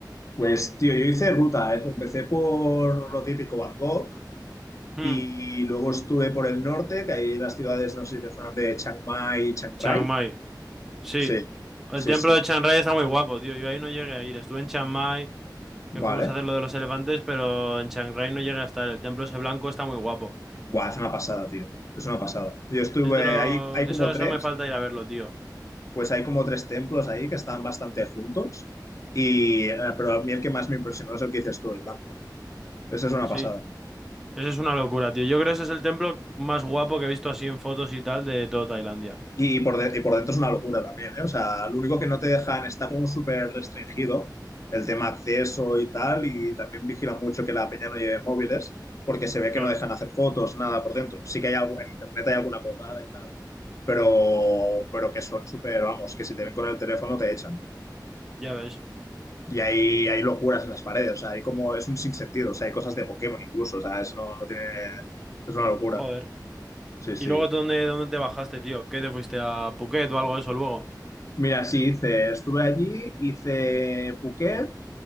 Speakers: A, on the left; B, in the centre.
A: Pues, tío, yo hice ruta. ¿eh? Empecé por lo típico Bangkok
B: Hmm,
A: y luego estuve por el norte, que hay las ciudades, no sé si te suenan de Chiang Mai y Chiang Rai.
B: Chiang Mai. Sí.
A: Sí,
B: El
A: sí,
B: templo
A: sí.
B: de Chiang Rai está muy guapo, tío. Yo ahí no llegué a ir. Estuve en Chiang Mai, que
A: Vale.
B: fuimos a hacer lo de los elefantes, pero en Chiang Rai no llegué a estar. El templo ese blanco está muy guapo.
A: Buah, es una pasada, tío. Es una pasada. Yo estuve
B: Es de lo...
A: ahí, hay
B: Eso,
A: como tres,
B: eso me falta ir a verlo, tío.
A: pues hay como tres templos ahí que están bastante juntos. Y, eh, pero a mí el que más me impresionó es el que dices tú, el blanco. Esa es una
B: Sí.
A: pasada.
B: Eso es una locura, tío. Yo creo que ese es el templo más guapo que he visto así en fotos y tal de toda Tailandia.
A: Y por, de- y por dentro es una locura también, ¿eh? O sea, lo único que no te dejan está como súper restringido el tema acceso y tal, y también vigilan mucho que la peña no lleve móviles, porque se ve
B: Claro,
A: que no dejan hacer fotos, nada por dentro. Sí que hay algo, en internet hay alguna colgada y tal, pero, pero que son súper, vamos, que si te ven con el teléfono te echan.
B: ya ves.
A: Y hay, hay locuras en las paredes, o sea, hay como, es un sinsentido, o sea, hay cosas de Pokémon incluso, o sea, eso no, no tiene, es una locura.
B: Joder.
A: Sí, sí.
B: ¿Y luego dónde, dónde te bajaste, tío? ¿Qué te fuiste a Phuket o algo de eso luego?
A: Mira, sí, hice, estuve allí, hice Phuket.